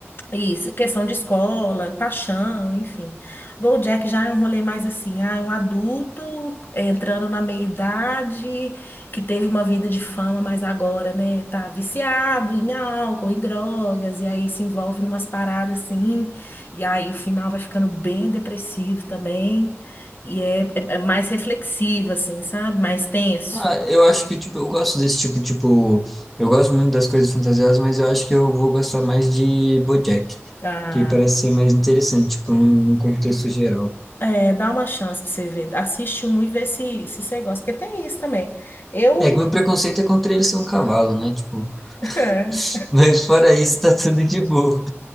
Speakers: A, on the left; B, in the centre.
A: Isso, questão de escola, paixão, enfim. BoJack já é um rolê mais assim, ah, é um adulto entrando na meia-idade, que teve uma vida de fama, mas agora, né, tá viciado em álcool, em drogas, e aí se envolve numas paradas assim, e aí o final vai ficando bem depressivo também, e é, é- é mais reflexivo, assim, sabe? Mais tenso.
B: Ah, eu acho que, tipo, eu gosto desse tipo, tipo... Eu gosto muito das coisas fantasiosas, mas eu acho que eu vou gostar mais de BoJack.
A: Ah,
B: Que parece ser mais interessante, tipo, num num contexto geral.
A: é, dá uma chance pra você ver. Assiste um e vê se, se você gosta, porque tem isso também. Eu
B: É que meu preconceito é contra ele ser um cavalo, né? Tipo,
A: É.
B: <laughs> mas fora isso, tá tudo de boa.